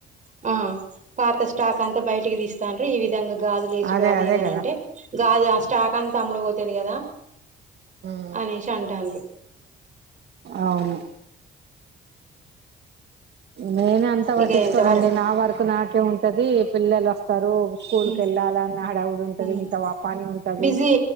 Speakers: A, on the right; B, on the right.
A: మ్మ్ పాత స్టాక్ అంత బయటికి తీస్ స్తార్రు ఈ విధంగా గాజు లేసుడు
B: అదే
A: అది
B: అదే
A: ఇదంటే
B: కదా
A: గాజులు ఆ స్టాక్ అంత్ అమ్ముడు పోతాది గదా
B: ఉమ్
A: అనేషి అంటాంరూ
B: అవును నేనే అంతా వట్టించుకోనండి
A: ఇక ఎంత వరకు
B: నా వరకు నాకే ఉంటది పిల్లలు వస్ స్తారు స్కూల్
A: ఉమ్
B: కి వెళ్ళాలన ఆడవు లు ఉంటది
A: ఉమ్
B: ఇంత వాపాని ఉంటది
A: బిజీ